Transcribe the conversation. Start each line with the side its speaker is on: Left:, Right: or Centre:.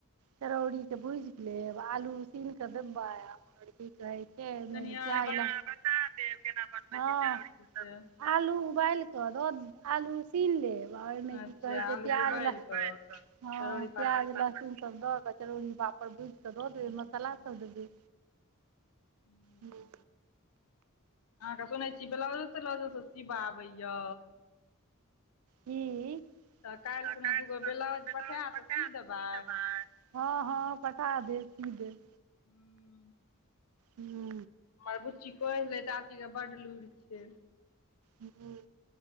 Right: चरौड़ीके भुइज लेब आलू तील के डिब्बा और की कहै छै
Left: कनि
Right: प्याज, लहसुन
Left: अहाँ
Right: किआ बता देब केना बनबय छै चरौड़ी।
Left: जा
Right: आलू उबायलक रौद आलू सीन लेब आ ओहिमे
Left: अच्छा
Right: की कहैय
Left: आलूके
Right: छै, प्याज
Left: उबालि
Right: लह
Left: कऽ
Right: हां
Left: चरौड़ी पापड़
Right: प्याज
Left: भुजि
Right: लहसुन सब द कऽ चरौड़ी पापड़ भुइज त देबे
Left: अच्छा
Right: मसाला सब देबे,
Left: हूँ
Right: हां।
Left: अहाँके सुनैय छी ब्लाउजो-त्लाउजो सब सिबा आबैया।
Right: हूॅं त
Left: तऽ काल्हि
Right: काइल
Left: दूगो
Right: खुना दुगो ब्लाउज
Left: पठायत
Right: पठा
Left: तऽ
Right: देब
Left: देबै
Right: सी देबय हां हां। हां पठा देब सी देब।
Left: हूं
Right: हूॅं
Left: हमर बुच्ची कहय हले चाची के बड्ड लुइर छैय।
Right: हूॅं